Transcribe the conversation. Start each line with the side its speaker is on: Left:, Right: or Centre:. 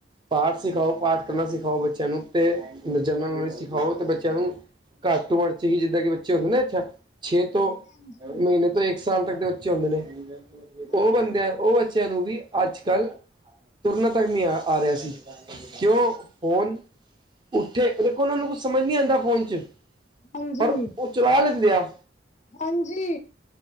Right: ਪਾਠ ਸਿਖਾਓ ਪਾਠ ਕਰਨਾ ਸਿਖਾਓ ਬੱਚਿਆਂ ਨੂੰ ਤੇ ਜਰਨਜ ਨੋਲੇਜ ਸਿਖਾਓ ਤੇ ਬੱਚਿਆਂ ਨੂੰ ਘੱਟ ਉਮਣ ਚ ਹੀ ਜਿੱਦਾ ਕਿ ਬੱਚੇ ਹੁੰਦੇ ਨਾ ਅੱਛਾ ਛੇ ਤੋ
Left: ਹਾਂਜੀ
Right: ਮਹੀਨੇ ਤੋਂ ਇੱਕ ਸਾਲ ਤੱਕ ਦੇ ਬੱਚੇ ਹੁੰਦੇ ਨੇ
Left: ਹਾਂਜੀ
Right: ਉਹ ਬੰਦਿਆਂ ਉਹ ਬੱਚਿਆਂ ਨੂੰ ਵੀ ਅੱਜ ਕੱਲ੍ਹ ਤੁਰਨਾ ਤੱਕ ਨੀ ਆ, ਆ ਰਿਹਾ ਸੀ। ਕਿਉਂ ਫੋਨ ਉੱਠੇ ਦੇਖੋ ਉਹ ਨੂੰ ਕੁਛ ਸਮਝ ਨੀ ਆਉਂਦਾ ਫੋਨ ਚ।
Left: ਹਾਂਜੀ
Right: ਪਰ ਉਹ ਚਲਾ ਲੈਂਦੇ ਆ।
Left: ਹਾਂਜੀ